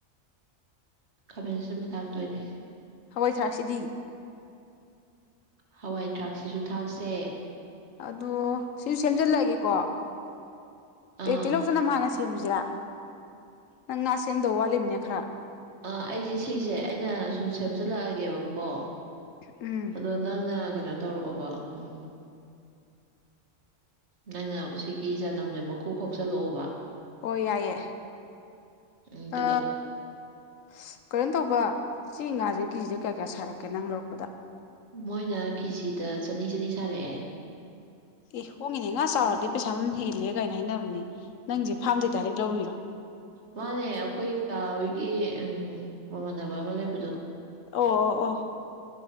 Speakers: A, on the right (about 55°); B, on the left (about 75°).
A: ꯈꯥꯕꯦꯟ ꯑꯁꯤꯟꯕ ꯊꯥꯛꯇꯣꯏꯅꯦ
B: ꯍꯋꯥꯏ ꯊꯔꯥꯛꯁꯤꯗꯤ
A: ꯍꯋꯥꯏ ꯊꯔꯥꯛꯁꯤꯁꯨ ꯊꯥꯛꯁꯦ
B: ꯑꯗꯣ ꯁꯤꯁꯨ ꯁꯦꯝꯖꯤꯜꯂꯛꯑꯒꯦꯀꯣ
A: ꯑꯥ
B: ꯇꯤꯜꯂꯧꯇꯅ ꯍꯥꯟꯅꯁꯤ ꯁꯦꯝꯁꯤꯔꯥ ꯅꯪ ꯉꯥ ꯁꯦꯝꯗꯧ ꯋꯥꯠꯂꯤꯃꯤꯅꯦ ꯈꯔ
A: ꯑꯥ ꯑꯩꯁꯦ ꯁꯤꯁꯦ ꯑꯩꯅ ꯁꯨꯝ ꯁꯦꯝꯖꯤꯜꯂꯛꯑꯒꯦꯕꯀꯣ
B: ꯎꯝ
A: ꯑꯗꯣ ꯅꯪꯅ ꯀꯩꯅꯣ ꯇꯧꯔꯛꯑꯣꯕ ꯎꯝ ꯅꯪꯅ ꯁꯤꯒꯤ ꯆꯅꯝꯁꯦ ꯃꯀꯨ ꯈꯣꯛꯆꯜꯂꯛꯑꯣꯕ
B: ꯑꯣ ꯌꯥꯏꯌꯦ
A: ꯎꯝ ꯑꯗꯨꯒ
B: ꯑ ꯑꯁ ꯀꯩꯅꯣ ꯇꯧꯕ ꯁꯤ ꯉꯥꯁꯦ ꯀꯦꯖꯤꯗ ꯀꯌꯥ ꯀꯌꯥ ꯁꯥꯔꯛꯀꯦ ꯅꯪ ꯂꯧꯔꯛꯄꯗ
A: ꯃꯣꯏꯅ ꯀꯦꯖꯤꯗ ꯆꯅꯤ-ꯆꯅꯤ ꯁꯥꯔꯛꯑꯦ
B: ꯑꯦ ꯍꯣꯡꯉꯤꯅꯦ ꯉꯥ ꯆꯥꯎꯔꯗꯤ ꯄꯩꯁꯥ ꯑꯃ ꯍꯦꯜꯂꯦ ꯀꯥꯏꯅ ꯍꯥꯏꯅꯕꯅꯦ ꯅꯪꯁꯦ ꯐꯥꯔꯝꯗꯩ ꯗꯥꯏꯔꯦꯛ ꯂꯧꯔꯤꯔꯣ
A: ꯃꯥꯅꯦ ꯑꯩꯈꯣꯏ ꯀꯥ ꯍꯣꯏꯒꯤ ꯎꯝ ꯃꯃꯥꯟꯅꯕ ꯑꯃ ꯂꯩꯕꯗꯣ
B: ꯑꯣ ꯑꯣ ꯑꯣ